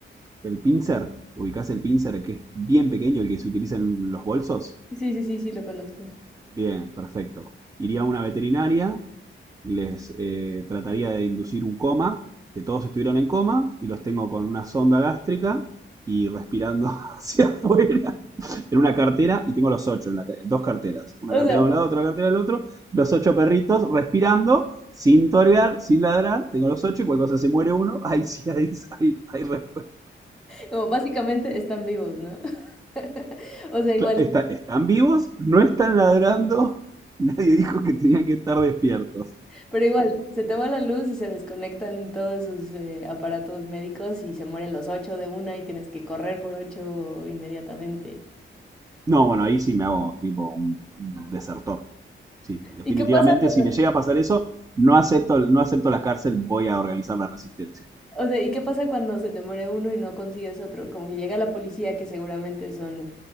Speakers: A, on the right; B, in the centre.
A: el pincer, ubicás el pincer, el que es bien pequeño, el que se utiliza en los bolsos.
B: Sí, sí, sí, sí, lo conozco.
A: Bien, perfecto. Iría a una veterinaria les eh, trataría de inducir un coma, que todos estuvieron en coma, y los tengo con una sonda gástrica y respirando <laughs> hacia afuera en una cartera, y tengo los ocho, en la dos carteras, una
B: O
A: cartera
B: sea,
A: de un lado, otra cartera del otro, los ocho perritos respirando, sin torear, sin ladrar, tengo los ocho, y cualquier cosa se muere uno, <laughs> ahí sí, ahí, sí, ahí, ahí respuesta.
B: como básicamente están vivos, ¿no? <laughs> O sea, igual,
A: está-
B: sí,
A: están vivos, no están ladrando, <laughs> nadie dijo que tenían que estar despiertos.
B: pero igual, se te va la luz y se desconectan todos sus eh, aparatos médicos y se mueren los ocho de una y tienes que correr por ocho inmediatamente.
A: No, bueno, ahí sí me hago tipo un, un desertor. Sí, definitivamente,
B: ¿Y qué pasa cuando,
A: si me llega a pasar eso, no acepto, no acepto la cárcel, voy a organizar la resistencia.
B: o sea, ¿y qué pasa cuando se demore uno y no consigues otro? Como que llega la policía, que seguramente son